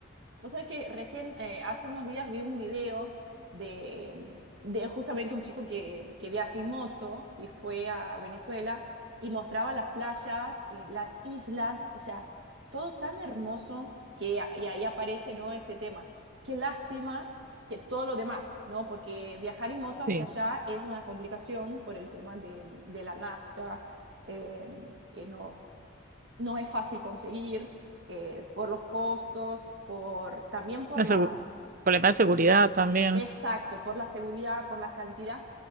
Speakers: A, on the right; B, on the right.
A: Vos sabés que recién, eh, hace unos días vi un video de, de justamente un chico que, que viaja en moto y fue a Venezuela y mostraba las playas y las islas, o sea, todo tan hermoso que a- y ahí aparece, ¿no? Ese tema. Qué lástima que todo lo demás, ¿no? Porque viajar en moto hacia
B: Sí,
A: allá es una complicación por el tema de, de la nafta, eh, que no, no es fácil conseguir eh, por los costos, por, también por
B: la
A: la,
B: segu- problema de seguridad también.
A: exacto, por la seguridad, por la cantidad.